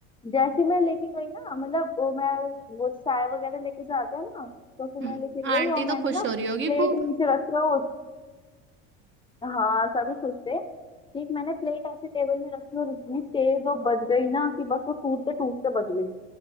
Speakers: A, on the left; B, on the right.
A: जैसे ही मैं लेके गई ना मतलब वो मैं वो चाय वगैरह लेके जाते हैं ना तो फिर
B: हम्म,
A: मैं लेके गई
B: आंटी
A: और
B: तो
A: मैंने
B: खुश
A: ना
B: हो रही होगी
A: प्लेट
B: खूब
A: नीचे रखी और वो- हाँ सभी खुश थे एक मैंने प्लेट ऐसी टेबल में रखी और इतनी तेज वो बज गई ना कि बस वो टूटते टूटते बज गई